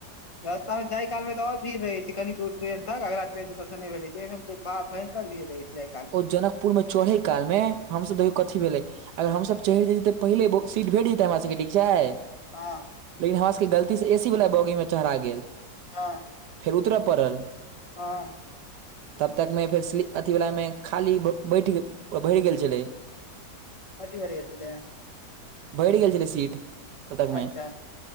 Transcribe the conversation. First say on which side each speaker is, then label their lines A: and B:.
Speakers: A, on the left; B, on the right.
A: रस्ता मे जाय काल मे तऽ और भीड़ रहय छै कनी दूर ट्रेन तक अगला ट्रेन <unintelligible> नै भेल रहय छै ओय मे त बड़ा भयंकर भीड़ रहय छै। जाय काल मे
B: ओ जनकपुर में चढ़े काल मे हम सब देखियौ कथी भेलय। अगर हम सब चहैर जेथिए तऽ पहिले बहुत सीट भेट जेतय हमरा सके ठीक छै
A: हां।
B: लेकिन हमरा सबके गलती से ए सी बला बॉगी मे चहरा गेल।
A: हां।
B: उतरै पड़ल।
A: हां।
B: तब तक मे फेर स्लीप अथी बला मे खाली बैठ भैर गेल छेलै।
A: अधि बरे गेल छेलै।
B: भैर गेल छेल्लै सीट तब तक मे
A: अच्छा